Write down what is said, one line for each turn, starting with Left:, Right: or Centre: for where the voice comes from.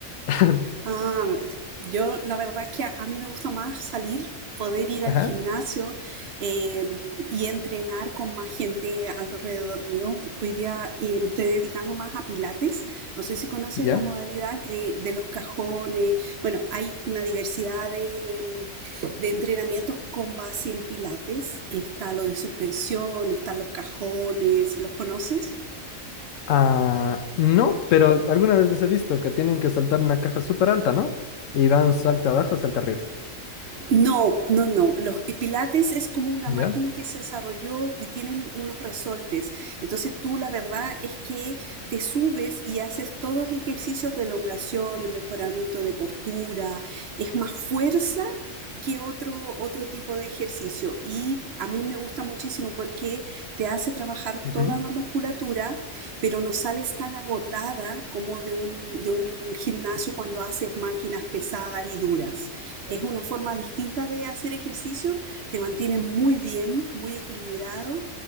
Left: <laughs>
Right: Ah, yo la verdad es que a, a mí me gusta más salir, poder ir
Left: Ajá,
Right: al gimnasio eh, y entrenar con más gente alrededor mío. Hoy día eh, me estoy dedicando más a pilates. No sé si conoces
Left: ¿ya?
Right: la modalidad de, de los cajones. Bueno, hay una diversidad de, mm, de entrenamientos con base en pilates. Está lo de suspensión, están los cajones. ¿Los conoces?
Left: Ah, no, pero alguna vez les he visto que tienen que saltar una caja súper alta, ¿no? Y van salta abajo, salta arriba,
Right: No, no, no. Los y Pilates es como una
Left: ¿ya?
Right: máquina que se desarrolló y tienen unos resortes. Entonces tú la verdad es que te subes y haces todos ejercicios de elongación, de mejoramiento de postura. Es más fuerza que otro, otro tipo de ejercicio. Y a mí me gusta muchísimo porque te hace trabajar toda
Left: Ujú.
Right: la musculatura, pero no sales tan agotada como de un, de un gimnasio cuando haces máquinas pesadas y duras. Es una forma distinta de hacer ejercicio, te mantiene muy bien, muy equilibrado